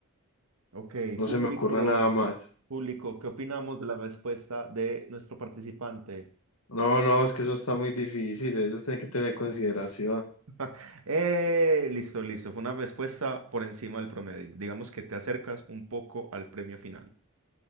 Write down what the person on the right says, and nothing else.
ok,
público,
público, ¿qué opinamos de la respuesta de nuestro participante?
<laughs> Eh, listo, listo, fue una respuesta por encima del promedio. Digamos que te acercas un poco al premio final.